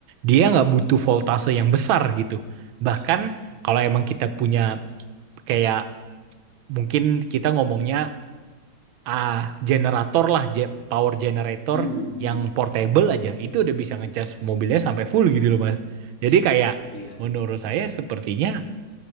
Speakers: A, on the right; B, on the left.
A: dia nggak butuh voltase yang besar gitu. Bahkan kalau emang kita punya kayak mungkin kita ngomongnya ah generator lah, je- power generator
B: hmm hmm
A: yang portable aja, itu udah bisa ngecas mobilnya sampai full gitu loh Mas. Jadi kayak
B: iya
A: menurut saya sepertinya